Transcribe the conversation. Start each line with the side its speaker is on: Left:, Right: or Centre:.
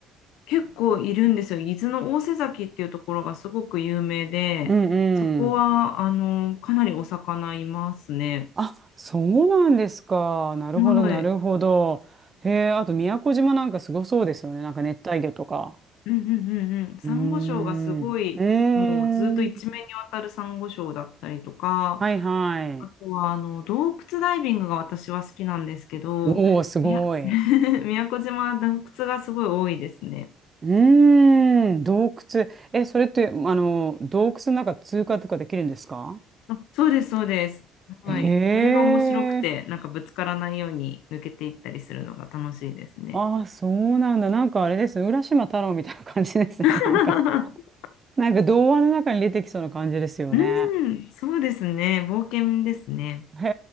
Left: 結構いるんですよ。伊豆の大瀬崎っていうところがすごく有名で、
Right: うんうん。
Left: そこは、あの、かなりお魚いますね。
Right: あ、そうなんですか。なるほど、
Left: はい。
Right: なるほど。へえ、あと宮古島なんかすごそうですよね。なんか熱帯魚とか。
Left: うんうんうんうん。サンゴ礁がすごい、
Right: うーん。うー
Left: もうずっと一面にわたるサンゴ礁だったりとか、
Right: ん。はいはい。
Left: あとは、あの、洞窟ダイビングが私は好きなんですけど、
Right: おお、すごい。
Left: みや <laughs> 宮古島は洞窟がすごい多いですね。
Right: うーん、洞窟。え、それって、あの、洞窟の中通過とかできるんですか
Left: あそうです、そうです。はい。
Right: へえ。
Left: それが面白くて、なんかぶつからないように抜けていったりするのが楽しいですね。
Right: ああ、そうなんだ。なんかあれですね。浦島太郎みたいな感じですね。
Left: <laughs>
Right: なんか、なんか童話の中に出てきそうな感じですよね。
Left: うん、そうですね。冒険ですね。
Right: へ